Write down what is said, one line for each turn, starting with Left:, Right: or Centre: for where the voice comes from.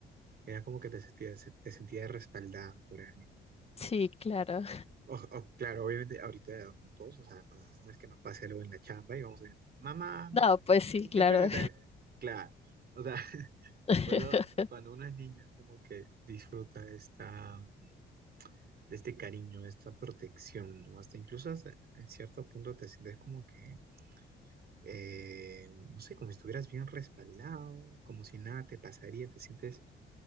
Right: era como que te sentías, te sentías respaldada por alguien.
Left: Sí, claro.
Right: O- o- claro, obviamente ahorita de adultos, o sea, no, no es que nos pase algo en la chamba y vamos a decir, mamá,
Left: No, pues sí,
Right: mi
Left: claro.
Right: jefe me trae. Claro, o sea, <laughs>
Left: <laughs>
Right: cuando, cuando uno es niño es como que disfruta esta, mm, de este cariño, de esta protección, ¿no? Hasta incluso hasta en cierto punto te sientes como que, eh, no sé, como si estuvieras bien respaldado, como si nada te pasaría, te sientes